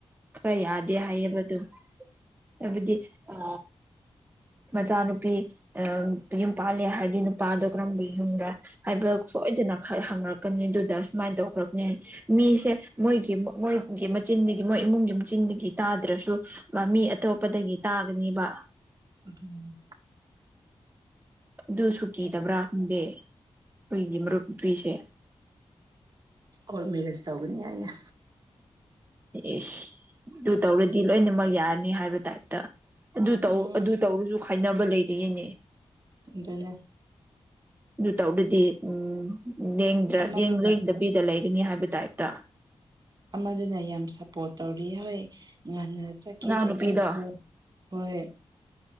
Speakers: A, on the right (about 20°); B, on the right (about 45°).
A: ꯈꯔ ꯌꯥꯗꯦ ꯍꯥꯏꯌꯦꯕ ꯑꯗꯨꯝ ꯍꯥꯏꯕꯗꯤ ꯑ ꯃꯆꯥꯅꯨꯄꯤ ꯑ ꯌꯨꯝ ꯄꯥꯜꯂ ꯍꯥꯏꯔꯗꯤ ꯅꯨꯄꯥꯗꯣ ꯀꯔꯝꯕ ꯌꯨꯝꯒꯦ ꯍꯥꯏꯕ ꯁꯣꯏꯗꯅ ꯍꯪꯉꯛ ꯑꯗꯨꯗ ꯁꯨꯃꯥꯏꯅ ꯇꯧꯈ꯭ꯔꯛꯅꯤ ꯃꯤꯁꯦ ꯃꯣꯏꯒꯤ ꯃꯣꯏꯒꯤ ꯃꯆꯤꯟꯗꯒꯤ ꯃꯣꯏ ꯏꯃꯨꯡꯒꯤ ꯃꯆꯤꯟ ꯒꯤ ꯇꯥꯗ꯭ꯔꯁꯨ ꯃꯃꯤ ꯑꯇꯣꯞꯄꯗꯒꯤ ꯇꯥꯒꯅꯦꯕ
B: ꯎꯟ
A: ꯑꯗꯨ ꯁꯨ ꯀꯗꯕ꯭ꯔꯥ ꯈꯪꯗꯦ ꯑꯩꯈꯣꯏꯒꯤ ꯃꯔꯨꯞ ꯅꯨꯄꯤꯁꯦ
B: ꯀꯔ ꯃꯔꯦꯖ ꯇꯧꯒꯅꯤ ꯌꯥ
A: ꯏꯁ ꯑꯗꯨ ꯇꯧꯔꯗꯤ ꯂꯣꯏꯅꯃꯛ ꯌꯥꯔꯅꯤ ꯍꯥꯏꯕ ꯇꯥꯏꯞꯇ ꯑꯗꯨ ꯇ
B: ꯎꯝ
A: ꯑꯗꯨ ꯇꯧꯔꯁꯨ ꯈꯥꯏꯅꯕ ꯂꯩꯔꯤꯌ‌ꯦꯅꯦ
B: ꯑꯗꯨꯅꯦ
A: ꯑꯗꯨ ꯇꯧꯔꯗꯤ ꯎꯝꯗ꯭ꯔꯦꯡꯗꯕꯤꯗ
B: ꯑꯃꯗꯨꯅ
A: ꯂꯩꯒꯅꯤ ꯍꯥꯏꯕ ꯇꯥꯏꯞꯇ
B: ꯑꯃꯗꯨꯅ ꯌꯥꯝ ꯁꯞꯄꯣꯔꯠ ꯇꯧꯔꯤ ꯍꯣꯏ ꯆꯠꯀꯦꯗꯤ
A: ꯑꯉꯥꯡ ꯅꯨꯄꯤꯗꯣ
B: ꯆꯠꯈ꯭ꯔꯣ ꯍꯣꯏ